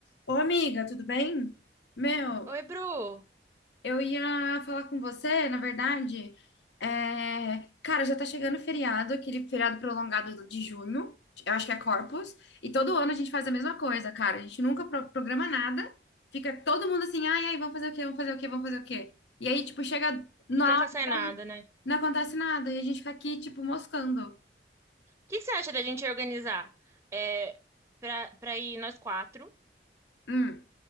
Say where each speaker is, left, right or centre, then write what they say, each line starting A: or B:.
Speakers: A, on the left; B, on the right.
A: Ô, amiga, tudo bem? Meu,
B: Oi, Bru.
A: eu ia falar com você, na verdade. é, Cara, já tá chegando o feriado, aquele feriado prolongado de junho, eu acho que é Corpus, e todo ano a gente faz a mesma coisa, cara. A gente nunca pro- programa nada, fica todo mundo assim, ai, ai, vamos fazer o quê, vamos fazer o quê, vamos fazer o quê? E aí, tipo, chega na
B: E nunca
A: hora,
B: sai nada, né? O
A: não acontece nada, e a gente fica aqui, tipo, moscando.
B: que que você acha da gente organizar? É, pra, pra ir nós quatro.
A: Hum,